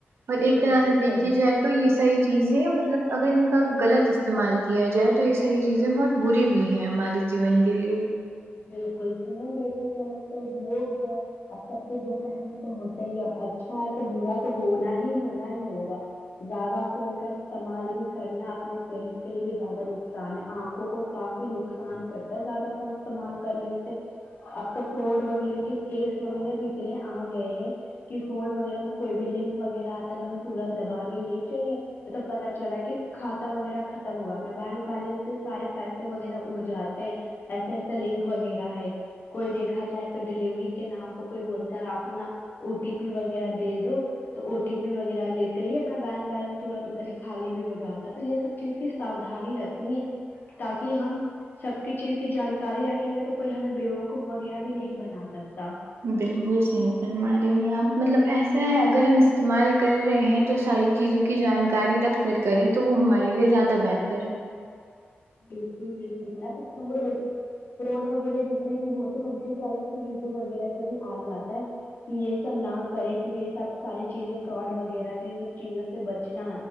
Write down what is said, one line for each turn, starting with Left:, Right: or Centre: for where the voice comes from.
Right: اور ایک
Left: بالکل
Right: طرح سے دیکھی
Left: صحیح
Right: جائے تو یہ ساری چیزیں مطلب اگر ان کا غلط استعمال کیا جائے تو یہ ساری چیزیں بہت بری بھی ہے ہمارے جیون کے لیے
Left: بالکل فون دیکھا جائے تو لوگ ہے اب سب کے دو پہلے تو ہوتا ہی اب اچھا ہے تو برا تو ہونا ہی ہونا ہی ہوگا زیادہ فون کا استعمال بھی کرنا اپنے صحت کے لیے بھی زیادہ نقصان ہے آنکھوں کو کافی نقصان پڑتا ہے زیادہ فون استعمال کرنے سے اب تو فراڈ وغیرہ کے کیس وغیرہ بھی اتنے آ گئے ہیں کہ فون وغیرہ میں کوئی بھی لنک وغیرہ آتا ہے تو ہمیں ترنت دبانی نہیں چاہیے مطلب پتا چلا کہ کھاتا وغیرہ ختم ہوگا اپنا بینک بیلنس سے سارے پیسے وغیرہ اڑ جاتے ہیں ایسے ایسے لنک وغیرہ ہے کوئی دیکھا جائے تو ڈیلیوری کے نام پے کوئی بولتا ہے اپنا او ٹی پی وغیرہ دے دو تو او ٹی پی وغیرہ لیتے ہی اپنا بینک بیلنس ترنت ادھر ہی خالی بھی ہو جاتا ہے تو یہ سب چیز کی ساؤدھانی رکھنی تاکہ ہم سب کی چیز کی جان کاری رکھیں گے تو کوئی ہمیں بیوقوف وغیرہ بھی نہیں بنا سکتا
Right: بالکل صحیح فرما رہی ہیں آپ مطلب ایسا ہے اگر ہم استعمال کر رہے ہیں تو ساری چیزوں کی جانکاری رکھ کر کریں تو وہ ہمارے لیے زیادہ بہتر ہے
Left: بالکل بالکل <unintelligible> فروڈ وغیرہ جتنے بھی ہوتے ان کے بھی الگ سے یوٹیوب وغیرہ پے بھی آ جاتا ہے کی یے سب نہ کرے کیونکی یے سب ساری چیزیں فراڈ وغیرہ تو یے سب چیزوں سے بچنا